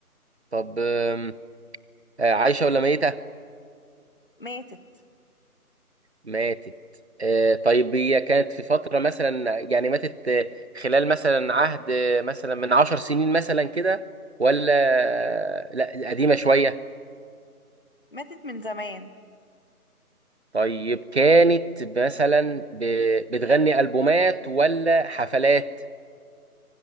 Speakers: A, on the right (about 45°); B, on the left (about 35°).
A: طب آم، آه، عايشة ولا ميتة؟
B: ماتت
A: ماتت آه، طيب هي كانت في فترة مثلا يعني ماتت آه، خلال مثلا عهد آه، مثلا من عشر سنين مثلا كده ولا آه، لا قديمة شوية؟
B: ماتت من زمان
A: طيب كانت مثلا ب- بتغني ألبومات ولا حفلات؟